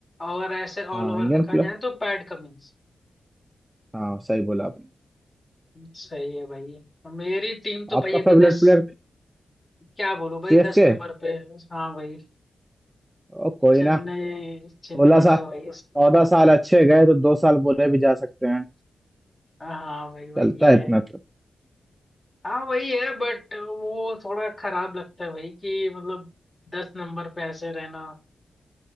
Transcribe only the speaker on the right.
हाँ
इंडियन
प्लेयर
हाँ सही बोला आपने
आपका
फेवरेट
प्लेयर
सीएसके
ओ कोई
ना
सोलह साल
चौदह साल अच्छे गए तो दो साल बोले भी जा सकते हैं
चलता
है इतना तो